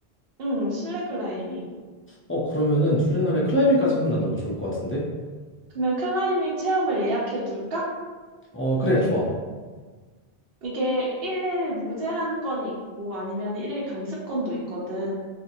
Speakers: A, on the right; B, on the left.
A: 응, 실내 클라이밍.
B: 어, 그러면은 둘째 날에 클라이밍까지 하면 나 너무 좋을 것 같은데?
A: 그러면 클라이밍 체험을 예약해 둘까?
B: 어, 그래, 좋아.
A: 이게 일일 무제한 건이 있고 아니면 일일 강습권도 있거든.